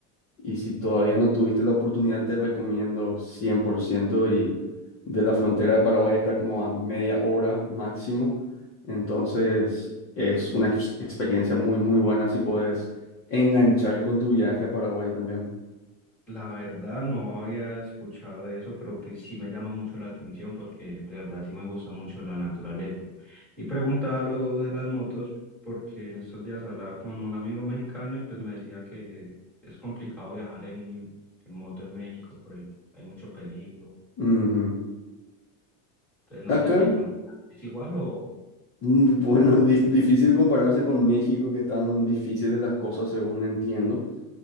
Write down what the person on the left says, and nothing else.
Y si todavía no tuviste la oportunidad, te recomiendo 100% y de la frontera de Paraguay está como a media hora máximo. Entonces es una ex- experiencia muy, muy buena si puedes enganchar con tu viaje a Paraguay también.
Ujú.
Acá,
mm, <laughs> bueno, di- difícil compararse con México, que están difíciles las cosas según entiendo.